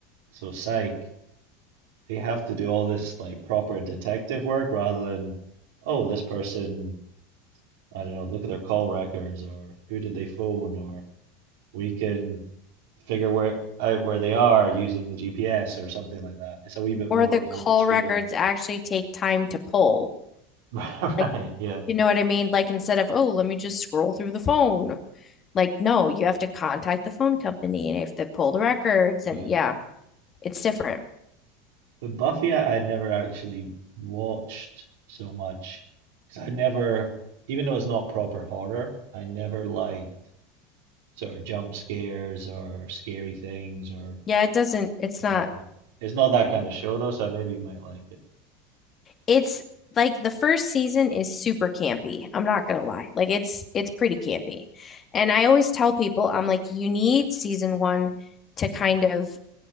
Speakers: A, on the right (about 70°); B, on the left (about 35°).
A: so psych. They have to do all this like proper detective work rather than, oh, this person, I don't know, look at their call records or who did they phone or we can figure where out where they are using the GPS or something like that. It's a wee bit
B: or
A: more
B: the call
A: old school.
B: records actually take time to pull.
A: <laughs>
B: Like,
A: Right, yeah.
B: you know what I mean? Like instead of, "Oh, let me just scroll through the phone." Like, no, you have to contact the phone company and you have to pull the records,
A: Yeah.
B: and yeah, it's different.
A: But Buffy, I, I never actually watched so much because I never, even though it's not proper horror, I never liked sort of jump scares or scary things or.
B: Yeah, it doesn't, it's not,
A: And, uh, it's not that kind of show though, so maybe you might like it.
B: it's like the first season is super campy. I'm not gonna lie. Like it's it's pretty campy. And I always tell people, I'm like, you need season one to kind of